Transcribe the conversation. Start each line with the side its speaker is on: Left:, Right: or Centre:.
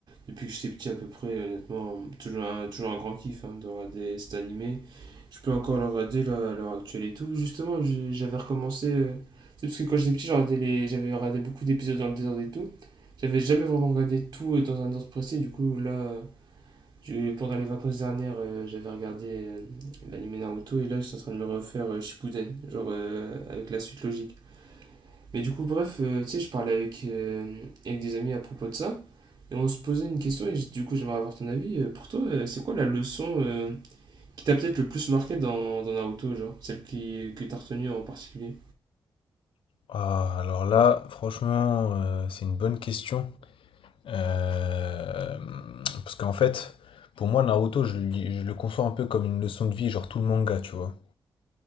Right: depuis que j'étais petit à peu près, honnêtement, toujours un, toujours un grand kiff hein, de regarder cet anime. Je peux encore le regarder là, à l'heure actuelle et tout. Justement, j'ai- j'avais recommencé, euh, c'est parce que quand j'étais petit, j'ai regardé les- j'avais regardé beaucoup d'épisodes dans le désordre et tout. J'avais jamais vraiment regardé tout euh, dans un ordre précis, du coup là, je- pendant les vacances dernières, euh, j'avais regardé euh, l'anime Naruto et là je suis en train de me refaire euh, Shippuden, genre euh, avec la suite logique. Mais du coup, bref, euh, tu sais, je parlais avec, euh, avec des amis à propos de ça, et on se posait une question, et j- du coup, j'aimerais avoir ton avis. Euh, pour toi, euh, c'est quoi la leçon euh, qui t'a peut-être le plus marqué dans, dans Naruto, genre, celle qui, que t'as retenue en particulier?
Left: Ah, alors là, franchement, euh, c'est une bonne question. Euh, parce qu'en fait, pour moi, Naruto, je, le lis- je le conçois un peu comme une leçon de vie, genre tout le manga, tu vois.